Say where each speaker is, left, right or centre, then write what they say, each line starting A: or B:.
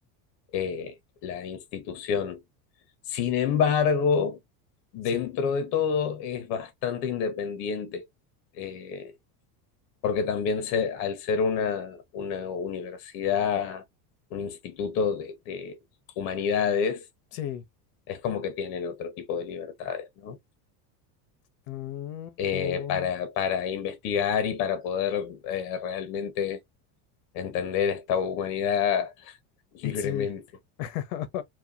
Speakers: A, on the left; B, on the left.
A: eh, la institución. Sin embargo, dentro
B: sí,
A: de todo es bastante independiente, eh, porque también se, al ser una, una universidad, un instituto de, de humanidades,
B: sí,
A: es como que tienen otro tipo de libertades, ¿no?
B: mm,
A: eh,
B: oh,
A: para, para investigar y para poder eh, realmente entender esta humanidad libremente.
B: <laughs> sí, <laughs>